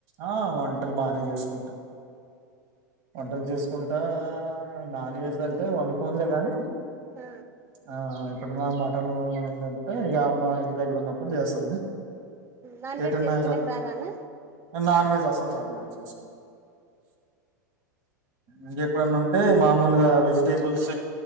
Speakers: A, on the right; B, on the right.
A: ఆ వంటలు బానే చేసుకుంటా, వంటలు చేసుకుంటా నాన్ వెజ్ అంటే వండు కోనులే కానీ,
B: ఆ
A: ఆ ఇప్పుడు నా మటన్ కంటే ఇక అమ్మ ఇంటి దగ్గర ఉన్నప్పుడు చేస్తుంది.
B: నాన్
A: ఏటన్నా
B: వెజ్ చేసుకునేకి రాదా అన్న
A: నాన్వెజ్ అస అంత తరుమరు చేస్తుంది, ఇంక ఎప్పుడన్నా ఉంటే మామూలుగా వెజిటేబుల్స్